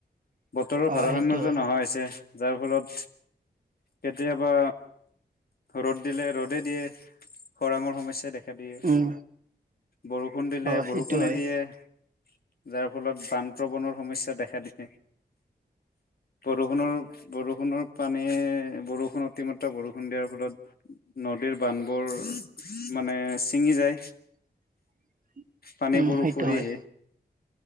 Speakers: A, on the left; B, on the right.
A: বতৰৰ
B: অ
A: ভাৰাসাম্যটো
B: সেইটো হয়
A: নহোৱা হৈছে যাৰ ফলত কেতিয়াবা ৰ'দ দিলে ৰ'দেই দিয়ে খৰাঙৰ সমস্যাই দেখা দিয়ে।
B: উম
A: বৰষুণ দিলে
B: অ
A: বৰষুণে
B: সেইটো হয়
A: দিয়ে। যাৰ ফলত বানপ্ৰৱনৰ সমস্যা দেখা দিয়ে। বৰষুণৰ বৰষুণৰ পানী বৰষুণ অতিমাত্ৰা বৰষুণ দিয়াৰ ফলত নদীৰ বান্ধবোৰ মানে ছিঙি যায়।
B: <unintelligible>
A: পানীবোৰ
B: উম সেইটো
A: উফৰি
B: হয়
A: আহে।